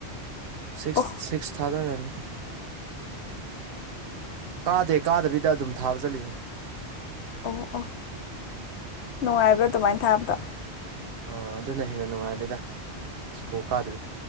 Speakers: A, on the right; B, on the left.
A: ꯁꯤꯛꯁ
B: ꯑꯣ
A: ꯁꯤꯛꯁ ꯊꯥꯗ‌ꯣꯏꯑꯣꯏꯔꯝꯅꯤ ꯀꯥꯗꯦ ꯀꯥꯗꯕꯤꯗ ꯑꯗꯨꯝ ꯊꯥꯕ ꯆꯠꯂꯤꯅꯤ
B: ꯑꯣ ꯑꯣ ꯅꯨꯡꯉꯥꯏꯕ꯭ꯔꯥ ꯑꯗꯨꯃꯥꯏꯅ ꯊꯥꯕꯗꯣ
A: ꯑꯣ ꯑꯗꯨꯅ ꯍꯦꯟꯅ ꯅꯨꯡꯉꯥꯏꯔꯦꯗ ꯁ꯭ꯀꯨꯜ ꯀꯥꯗꯕꯤ